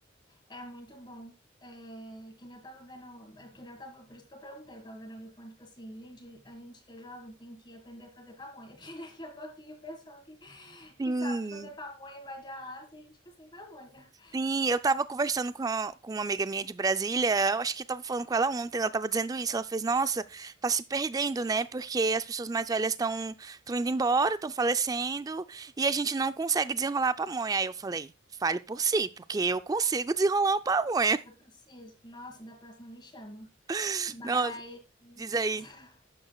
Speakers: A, on the left; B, on the right.
A: É muito bom. É, que nem eu tava vendo. é, que nem eu tava, por isso que eu perguntei. Eu tava vendo alguém falando, tipo assim, gente, a gente que é jovem tem que aprender a fazer pamonha. <laughs> Porque daqui a pouquinho o pessoal que,
B: Sim.
A: que sabe fazer pamonha vai de arrasto e a gente fica sem pamonha.
B: Sim, eu tava conversando com, a- com uma amiga minha de Brasília, eu acho que eu tava falando com ela ontem, ela tava dizendo isso, ela fez, nossa, tá se perdendo, né? Porque as pessoas mais velhas estão estão indo embora, estão falecendo, e a gente não consegue desenrolar a pamonha. Aí eu falei, fale por si, porque eu consigo desenrolar uma pamonha.
A: Eu preciso. Nossa, da próxima me chama.
B: <laughs>
A: Mas.
B: Nossa, diz aí.
A: <laughs>